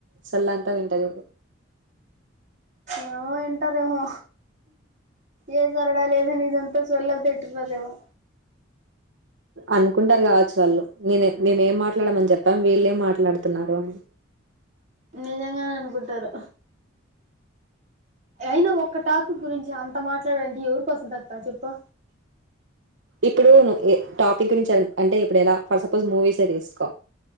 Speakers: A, on the right; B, on the right.
A: సొల్ల అంతా వింటది ఇది
B: ఏవో ఇంటారేవో ఏ సరడా లేదని ఇదంతా సొల్లంత ఇన్టున్నారేమో
A: అనుకుంటారు కావచ్చు వాళ్ళు నేను మేము ఏం మాట్లాడమని చెప్పాము వీళ్ళేం మాట్లాడుతున్నారు అని
B: నిజంగానే అనుకుంటారు అయినా ఒ ఒక్క టాపిక్ గురించి అంత మాట్లాడాలంటే ఎవరికొస్తదక్క చెప్పు
A: ఇప్పుడు టాపిక్ గురించి అంటే ఇప్పుడు ఎలా ఫర్ సపోజ్ మూవీసే తీసుకో